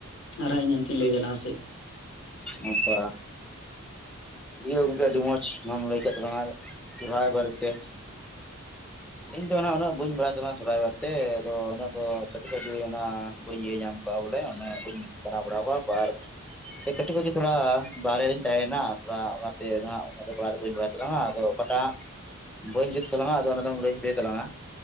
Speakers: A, on the left; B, in the centre.
A: ᱟᱨ ᱦᱟᱸᱜ ᱤᱧ ᱦᱟᱱᱛᱮᱧ ᱞᱟᱹᱭᱫᱟ ᱞᱟᱦᱟ ᱥᱮᱫ
B: ᱱᱚᱝᱠᱟ ᱤᱭᱟᱹ ᱜᱚᱝᱠᱮ ᱟᱹᱰᱤ ᱢᱚᱸᱡᱽ ᱱᱚᱣᱟᱢ ᱞᱟᱹᱭ ᱠᱮᱫ ᱛᱟᱞᱟᱝᱟ ᱥᱚᱨᱦᱟᱭ ᱵᱟᱨᱮ ᱛᱮ
A: <inaudible>
B: ᱤᱧ ᱫᱚ ᱦᱟᱸᱜ ᱩᱱᱟᱹᱜ ᱵᱟᱹᱧ ᱵᱟᱲᱟᱭ ᱛᱟᱞᱟᱝᱟ ᱥᱚᱨᱦᱟᱭ ᱵᱟᱨᱮᱛᱮ ᱟᱫᱚ ᱩᱱᱟᱹᱜ ᱫᱚ ᱠᱟᱹᱴᱤᱡ ᱠᱷᱚᱡ ᱜᱮ ᱚᱱᱟ ᱵᱟᱹᱧ ᱤᱭᱟᱹ ᱧᱟᱢᱫᱟ ᱵᱚᱞᱮ ᱚᱱᱟ ᱵᱟᱹᱧ ᱯᱟᱲᱟᱣ ᱵᱟᱲᱟ ᱠᱟᱫᱟ ᱛᱚ ᱟᱨ ᱠᱟᱹᱴᱤᱡ ᱠᱷᱚᱡ ᱜᱮ ᱛᱷᱚᱲᱟ ᱵᱟᱦᱨᱮ ᱨᱤᱧ ᱛᱟᱸᱦᱮ ᱮᱱᱟ ᱛᱷᱚᱲᱟ ᱚᱱᱟᱛᱮ ᱚᱱᱟ ᱫᱚ ᱵᱟᱲᱟᱭ ᱵᱟᱹᱧ ᱵᱟᱲᱟᱭ ᱛᱟᱞᱟᱝᱟ ᱟᱫᱚ ᱚᱠᱟᱴᱟᱜ ᱵᱟᱹᱧ ᱡᱩᱛ ᱛᱟᱞᱟᱝᱟ ᱟᱫᱚ ᱚᱸᱰᱮ ᱫᱚᱢ ᱞᱟᱹᱭ ᱥᱚᱡᱷᱮ ᱛᱟᱞᱟᱝᱟ